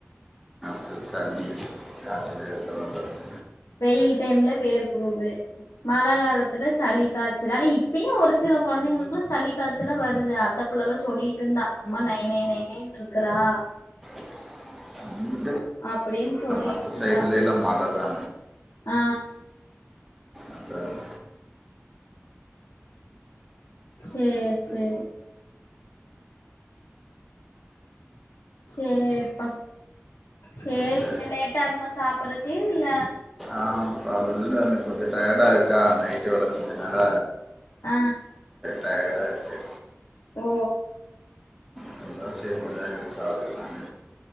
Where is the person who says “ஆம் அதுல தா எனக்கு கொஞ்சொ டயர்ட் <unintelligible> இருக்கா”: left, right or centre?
Centre